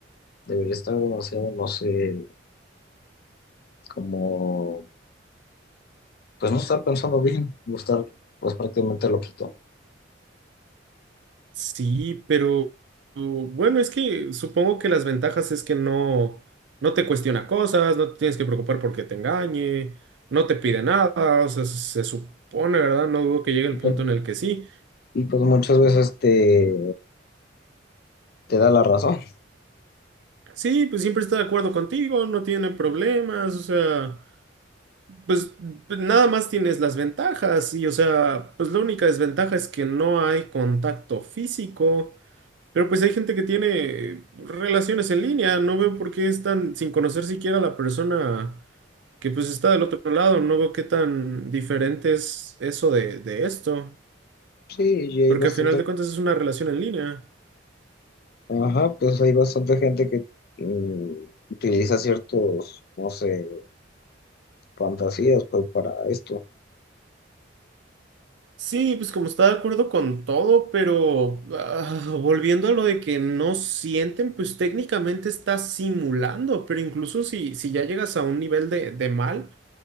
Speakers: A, on the left; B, on the right.
A: debería estar demasiado, no sé como pues no estar pensando bien, o estar pues prácticamente loquito.
B: Sí, pero u- bueno, es que supongo que las ventajas es que no, no te cuestiona cosas, no te tienes que preocupar porque te engañe, no te pide nada, o sea, se, se supone, ¿verdad? No dudo que llegue el
A: Y
B: punto
A: pues,
B: en el que sí.
A: y pues muchas veces te, te da la razón.
B: Sí, pues siempre está de acuerdo contigo, no tiene problemas, o sea. Pues pues, nada más tienes las ventajas y, o sea, pues la única desventaja es que no hay contacto físico, pero pues hay gente que tiene relaciones en línea, no veo por qué están sin conocer siquiera a la persona que pues está del otro lado, no veo qué tan diferente es eso de, de esto,
A: Sí, y hay
B: porque
A: bastante,
B: al final de cuentas es una relación en línea.
A: ajá, pues hay bastante gente que mm, utiliza ciertos, no sé, fantasías pues para esto.
B: Sí, pues como está de acuerdo con todo, pero ah, <laughs> volviendo a lo de que no sienten, pues técnicamente está simulando, pero incluso si, si ya llegas a un nivel de, de mal,